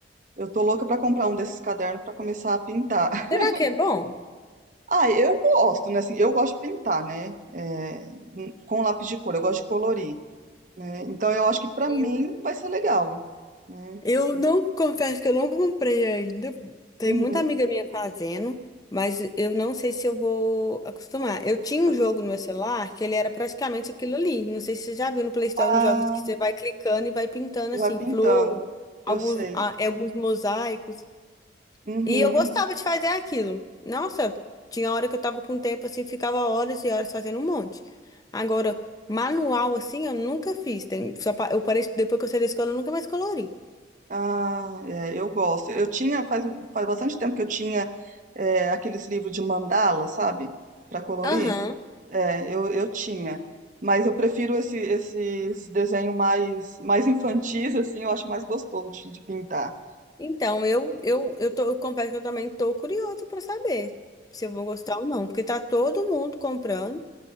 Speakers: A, on the right; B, on the left.
A: Eu tô louca pra comprar um desses cadernos pra começar a pintar. <laughs>
B: Será que é bom?
A: Ah, eu gosto, né? Assim, eu gosto de pintar, né? É, com lápis de cor. Eu gosto de colorir, né? Então, eu acho que pra
B: Eu
A: mim vai ser legal, né?
B: Eu não confesso que eu não comprei ainda. Tem
A: Uhum,
B: muita amiga minha fazendo, mas eu não sei se eu vou acostumar. Eu tinha um
A: vai
B: jogo
A: gostar.
B: no meu celular que ele era praticamente aquilo ali. Não sei se você já viu no Play Store
A: Ah,
B: uns jogos que você vai clicando e vai pintando
A: e
B: assim,
A: vai pintando.
B: flor,
A: Eu
B: alguns,
A: sei.
B: ah, é, alguns mosaicos.
A: Uhum.
B: E eu gostava de fazer aquilo. Nossa, tinha hora que eu tava com tempo assim, ficava horas e horas fazendo um monte. Agora, manual assim, eu nunca fiz. Tem, só, pa- eu parei, depois que eu saí da escola, eu nunca mais colori.
A: Ah, é, eu gosto. Eu tinha, faz, faz bastante tempo que eu tinha é, aqueles livros de mandala, sabe? Para colorir.
B: Aham.
A: É, eu, eu tinha. Mas eu prefiro esse, esses desenhos mais, mais infantis, assim, eu acho mais gostoso de, de pintar.
B: Então, eu, eu, eu, tô, eu confesso que eu também tô curiosa pra saber se eu vou gostar ou não, porque tá todo mundo comprando.